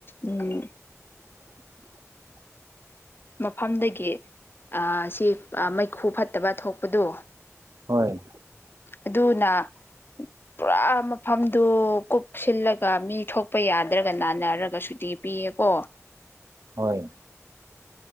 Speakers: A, on the left; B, on the right.
A: ꯎꯝ
B: <unintelligible>
A: ꯃꯐꯝꯗꯒꯤ ꯁꯤ ꯃꯩꯈꯨ ꯐꯠꯇꯕ ꯊꯣꯛꯄꯗꯣ
B: ꯍꯣꯏ
A: ꯑꯗꯨꯅ ꯄꯨꯔꯥ ꯃꯐꯝꯗꯨ ꯀꯨꯞꯁꯤꯜꯂꯒ ꯃꯤ ꯊꯣꯛꯄ ꯌꯥꯗ꯭ꯔꯒ ꯅꯥꯟꯅꯔꯒ ꯁꯨꯗꯤꯤ ꯄꯤꯌꯦꯀꯣ
B: ꯍꯣꯏ